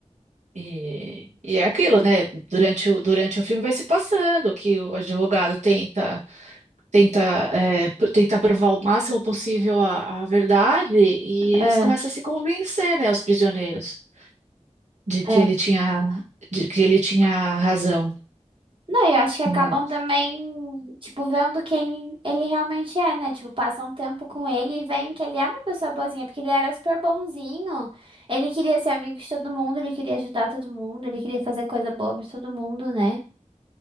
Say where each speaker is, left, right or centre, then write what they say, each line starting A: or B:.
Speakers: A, on the right; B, on the right.
A: E, e é aquilo, né? Durante o, durante o filme vai se passando que o advogado tenta tenta, é, p- tenta provar o máximo possível a, a verdade e eles
B: É,
A: começam a se convencer, né, os prisioneiros, de que
B: é.
A: ele tinha, de que ele tinha razão.
B: Não, eu acho que acabam
A: Mas-
B: também, tipo, vendo quem ele realmente é, né? Tipo, passam um tempo com ele e veem que ele é uma pessoa boazinha, porque ele era super bonzinho. Ele queria ser amigo de todo mundo, ele queria ajudar todo mundo, ele queria fazer coisa boa pra todo mundo, né?